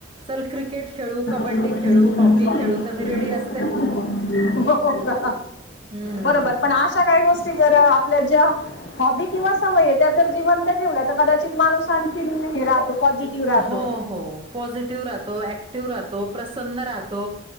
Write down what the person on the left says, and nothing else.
हो
का?
बरोबर पण अशा काही गोष्टी जर आपल्या ज्या हॉबी किंवा सवय आहे त्या जर जीवन ठेवला तर कदाचित माणूस आणखी हे राहतो पॉझिटिव्ह राहतो